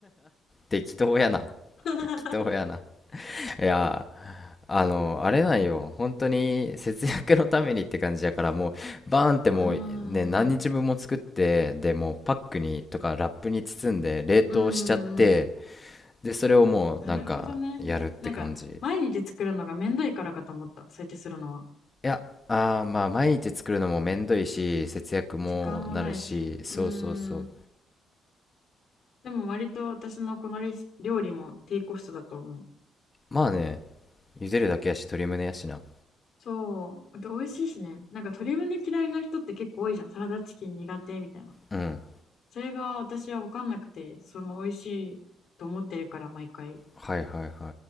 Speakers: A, on the left (about 25°); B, on the left (about 65°).
A: 適当やな
B: <laughs>
A: 適当やないやーあの、あれなんよ。本当に節約のためにって感じやから、もう、バーンってもうね、
B: あ
A: 何日分も作って、で、もうパックにとかラップに包んで冷凍しちゃって、
B: ーうーん
A: で、それをもうなんかやるって感じ。
B: なるほどね。なんか、毎日作るのがめんどいからかと思った。そうやってするのは。
A: いや、あーまあ、毎日作るのもめんどいし、節約もなるし、
B: 時間もないし。
A: そうそうそう。
B: うーん。でも割と私のこのレシ料理も低コストだと思う。
A: まあね、茹でるだけやし、鶏胸やしな。
B: そう。あと美味しいしね。なんか鶏胸嫌いな人って結構多いじゃん。サラダチキン苦手みたいな。
A: うん。
B: それが私は分かんなくて、その美味しいと思ってるから毎回。
A: はいはいはい。